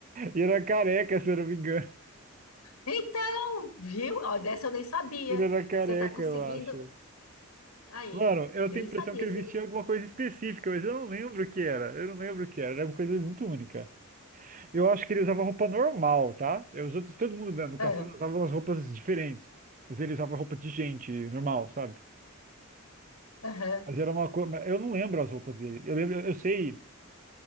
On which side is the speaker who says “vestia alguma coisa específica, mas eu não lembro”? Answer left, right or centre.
Right